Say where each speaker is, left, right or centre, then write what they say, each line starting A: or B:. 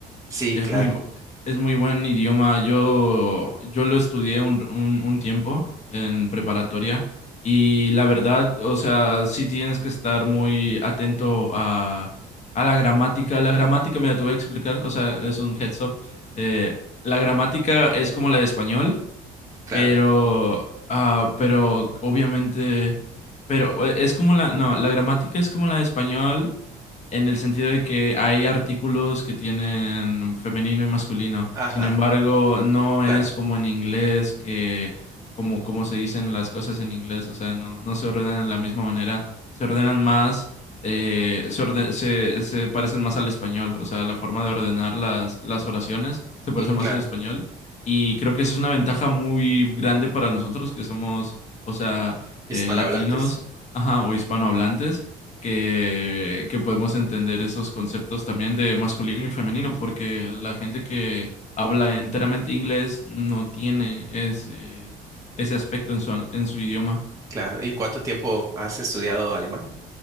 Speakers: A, on the right; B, on the left.
A: Sí,
B: Es
A: claro,
B: muy, bu- es muy buen idioma. Yo, yo lo estudié un, un, un tiempo en preparatoria y la verdad, o sea, sí tienes que estar muy atento a, a la gramática. La gramática, mira, te voy a explicar, o sea, es un heads up. Eh, la gramática es como la de español
A: claro.
B: Pero, ah, pero obviamente, pero eh, es como la, no, la gramática es como la de español en el sentido de que hay artículos que tienen femenino y masculino.
A: Ajá,
B: Sin embargo, no
A: claro,
B: es como en inglés que, como, como se dicen las cosas en inglés, o sea, no, no se ordenan de la misma manera, se ordenan más, eh, se, orde- se, se parecen más al español, o sea, la forma de ordenar las, las oraciones se parece
A: mm,
B: más
A: claro.
B: al español. Y creo que esa es una ventaja muy grande para nosotros que somos, o sea, eh,
A: Hispanohablantes.
B: latinos, ajá, o hispanohablantes, que, que podemos entender esos conceptos también de masculino y femenino, porque la gente que habla enteramente inglés no tiene ese, ese aspecto en su, en su idioma.
A: Claro, ¿y cuánto tiempo has estudiado alemán?